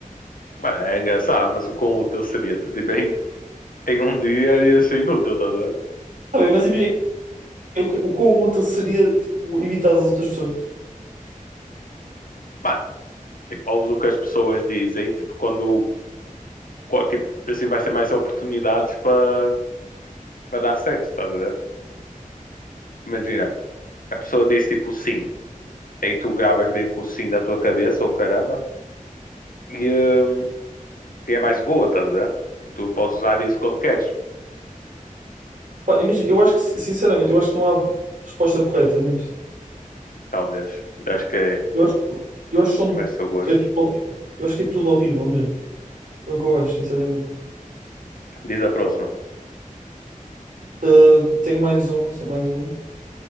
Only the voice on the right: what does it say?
Tá bem, mas imagina o, que- o quão útil seria, tipo, imitar as outras pessoas.
Pá, imagina, eu acho que, si- sinceramente, eu acho que não há resposta correta nisto.
Eu acho, que- eu acho que são-
é tudo horrível. Eu acho que é tudo horrível mesmo. É o que eu acho, sinceramente.
Ah, tenho mais uma, só mais uma.